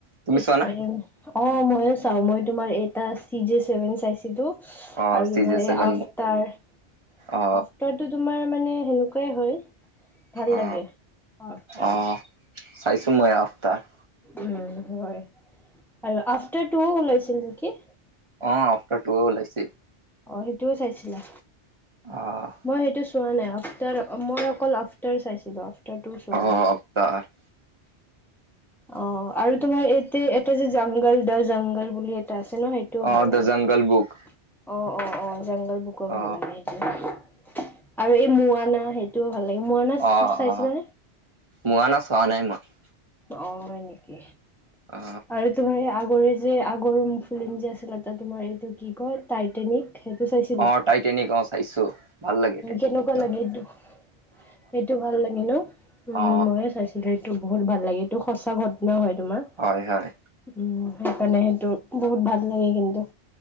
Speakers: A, on the right (about 30°); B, in the centre.
A: তুমি
B: ইছপাইদাৰ
A: চোৱা না
B: অ মইও চাও, মই তোমাৰ এটা চি জে ছেভেন চাইছিলো।
A: অ
B: আৰু
A: চিজে
B: তোমাৰ এই
A: চেভেন
B: আফতাৰ।
A: অ
B: আফ্টাৰটো তোমাৰ মানে সেনেকুৱাই হয়, ভাল
A: অ
B: লাগে আফ্টাৰ।
A: অ চাইছো মই অফ্টাৰ
B: উম হয় আৰু আফটাৰ টুও ওলাইছিল নেকি?
A: অঁ আফতাৰ টু ওলাইছে।
B: অঁ সেইটোও চাইছিলা।
A: অঁ
B: মই সেইটো চোৱা নাই আফটাৰ মই অকল আফটাৰ চাইছিলো। আফটাৰ টু চোৱা
A: অ
B: নাই।
A: অৱতাৰ।
B: অঁ, আৰু তোমাৰ ইয়াতে এটা যে জংঘল দ জংঘল বুলি এটা আছে ন সেইটো
A: অ
B: ভাল লাগে
A: দ্য জংগল বুক
B: অঁ, অ অ জংগল বুকো
A: অ
B: ভাল লাগে। আৰু এই মোৱানা সেইটোৱো ভাল লাগে মোৱানা
A: অ
B: চাইছিলা
A: অ
B: নে?
A: মোৱানা চোৱা নাই মই।
B: অ হয় নেকি
A: অ
B: আৰু তোমাৰ এই আগৰে যে আগৰ ফিল্ম যে আছিলে এটা তোমাৰ এইটো কি কয় টাইটেনিক সেইটো চাইছিলা
A: অ টাইটেনিক অ চাইছো ভাল লাগে টাইটেনিকটো
B: কেনেকুৱা লাগে এইটোক? সেইটো ভাল লাগে ন উম
A: অ
B: ময়ো চাইছোঁ। এইটো বহুত ভাল লাগে এইটো সঁচা ঘটনা হয় তোমাৰ।
A: হয় হয়।
B: উম সেইকাৰণে সেইটো বহুত ভাল লাগে কিন্তু